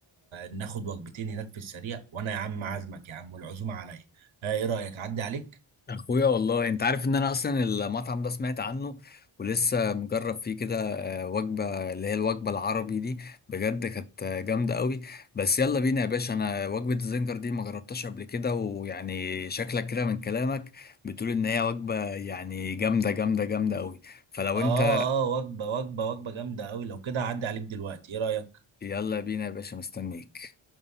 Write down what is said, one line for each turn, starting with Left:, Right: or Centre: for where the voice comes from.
Right: ناخد وجبتين هناك في السريع وانا يا عم عازمك يا عم والعزومة عليا آه، ايه رأيك اعدي عليك
Left: اخويا والله انت عارف ان انا اصلا المطعم ده سمعت عنه ولسه مجرب فيه كده آه، وجبه اللي هي الوجبه العربي دي بجد كانت آه، جامده قوي بس يلا بينا يا باشا انا وجبه الزنجر دي ما جربتهاش قبل كده ويعني شكلك كده من كلامك بتقول ان هي وجبه يعني جامده جامده جامده قوي فلو
Right: اه
Left: انت
Right: اه وجبة وجبة وجبة جامدة قوي لو كده اعدي عليك دلوقتي ايه رأيك
Left: يلا بينا يا باشا مستنيك